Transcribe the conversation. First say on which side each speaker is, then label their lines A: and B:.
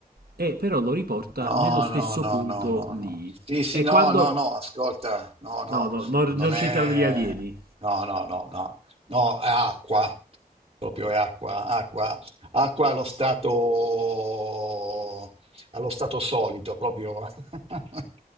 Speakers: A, on the right; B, on the right.
A: e però lo riporta
B: No,
A: nello stesso
B: no, no,
A: punto
B: no, no,
A: lì.
B: no. Sì, sì,
A: E
B: no,
A: quando
B: no, no, ascolta, no, no,
A: No, no, no, non
B: non
A: c'entrano
B: è...
A: gli alieni.
B: No, no, no, no, no, è acqua, proprio è acqua, acqua, acqua allo stato, allo stato solido, proprio... <laughs>